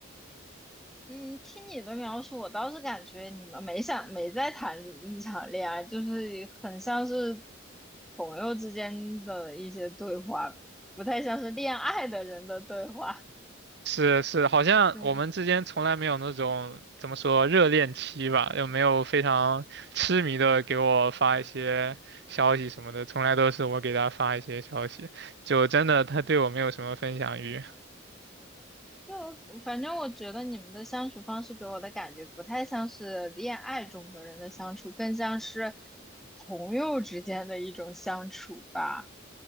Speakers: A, in the centre; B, on the right.
A: <laughs> 嗯，听你的描述，我倒是感觉你们没想没在谈一场恋爱，就是很像是朋友之间的一些对话，不太像是恋爱的人的对话。
B: 是是，好像我们之间从来没有那种怎么说热恋期吧，
A: <laughs> 对。
B: 又没有非常痴迷的给我发一些消息什么的，从来都是我给他发一些消息，就真的他对我没有什么分享欲。
A: 就反正我觉得你们的相处方式给我的感觉不太像是恋爱中的人的相处，更像是朋友之间的一种相处吧。